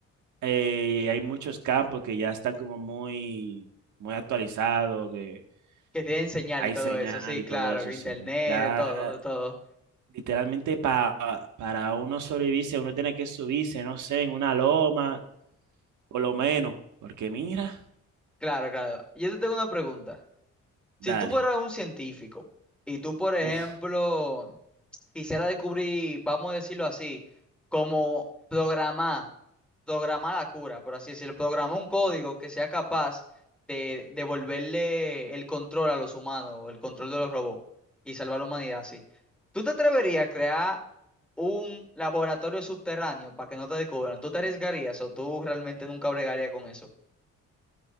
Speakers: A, on the right (about 75°); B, in the centre.
A: eh, hay muchos campos que ya están como muy, muy actualizados, que
B: Que tienen señal
A: hay
B: y todo
A: señal
B: eso, sí,
A: y
B: claro,
A: todo eso,
B: que
A: sí.
B: internet,
A: Ya
B: de todo, de todo.
A: literalmente para para uno sobrevivirse, uno tiene que subirse, no sé, en una loma, por lo menos, porque mira,
B: Claro, claro. Yo te tengo una pregunta.
A: dale,
B: Si tú fueras un científico, y tú, por ejemplo,
A: uf,
B: quisiera descubrir, vamos a decirlo así, como programar, programar la cura, por así decirlo, programar un código que sea capaz de devolverle el control a los humanos, el control de los robots y salvar la humanidad así. ¿Tú te atreverías a crear un laboratorio subterráneo para que no te descubran? ¿Tú te arriesgarías o tú realmente nunca bregarías con eso?